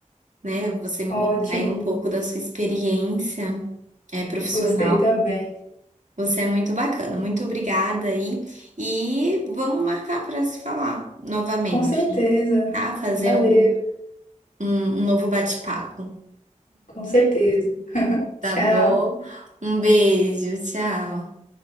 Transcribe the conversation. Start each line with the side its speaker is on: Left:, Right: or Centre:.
Right: né? Você me
Left: Ótimo.
Right: contar aí um pouco da sua experiência é, profissional.
Left: Gostei também.
Right: Você é muito bacana. Muito obrigada aí. E vamos marcar para se falar novamente,
Left: Com certeza.
Right: tá? Fazer
Left: Valeu.
Right: um, um um novo bate-papo.
Left: Com certeza.
Right: Tá
Left: Tchau.
Right: bom? Um beijo, tchau.